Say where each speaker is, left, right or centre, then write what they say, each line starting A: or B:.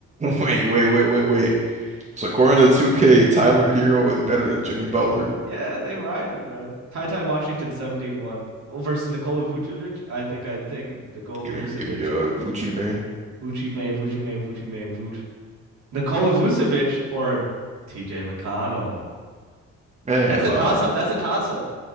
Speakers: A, on the right (about 25°); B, on the right (about 70°).
A: Wait, wait, wait, wait, wait. So according to 2K, Tyler Hero is better than Jimmy Butler.
B: <laughs> yeah, they riding, bro. Ty Ty Washington 71 oh, versus Nikola Vucevic. I think I'd take Nikola
A: Give
B: Vucevic.
A: me, give me a Vucci man.
B: Vucci May, Vucci May, Vucci May, Vuc. Nikola Vucevic or TJ McConnell.
A: Man,
B: That's a toss
A: uh,
B: up. That's a toss up.